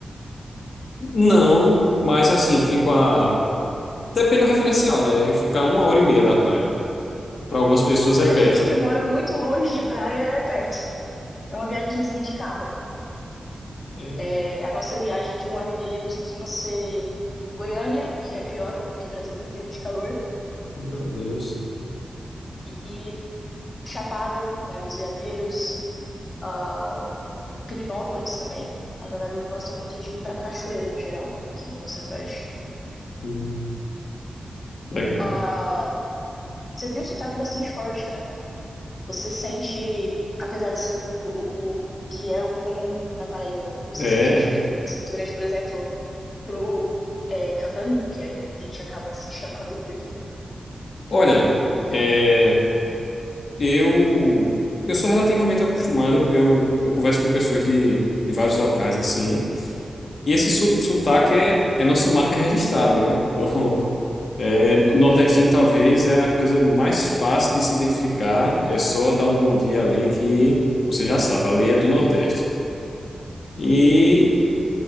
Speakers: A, on the left; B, on the left.
A: Não, mas assim, fico a. Depende do referencial, né? Eu fico a uma hora e meia da praia. Para algumas pessoas
B: Pra
A: é perto.
B: gente que
A: né?
B: mora muito longe de praia, é perto. É uma viagemzinha de carro, né?
A: É,
B: É, a nossa viagem de uma hora e meia costuma ser Goiânia, que é pior do que Brasília em termos de calor,
A: meu Deus.
B: e Chapada, né, dos Veadeiros, uh, Pirinópolis também. A galera gosta muito de ir pra cachoeira, no geral, aqui no Centro-Oeste.
A: Hum, legal.
B: Uh, você tem um sotaque bastante forte, né? Você sente, apesar de ser o, o, o que é o comum na Paraíba, você
A: É.
B: sente uma diferença muito grande, por exemplo, pro é, candango, que é como a gente acaba se chamando por aqui.
A: Olha, é, eu eu sou relativamente acostumado. Eu, eu converso com pessoas de, de vários locais assim. E esse so- sotaque é, é nossa marca registrada, né? <laughs> O, É, o nordestino talvez é a coisa mais fácil de se identificar. É só dar um bom dia ali que você já sabe, ali é do Nordeste. E,